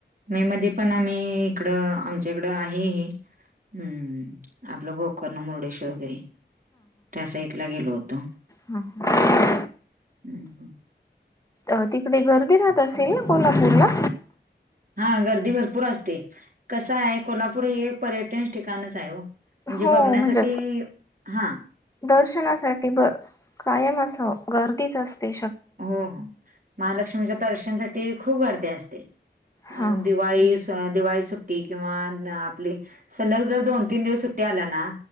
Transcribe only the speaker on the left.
ह..
अ तिकडे गर्दी राहत असेल कोल्हापूर ला?
हो
म्हणजे असं
दर्शनासाठी बस कायम अशी गर्दीच असते?
हा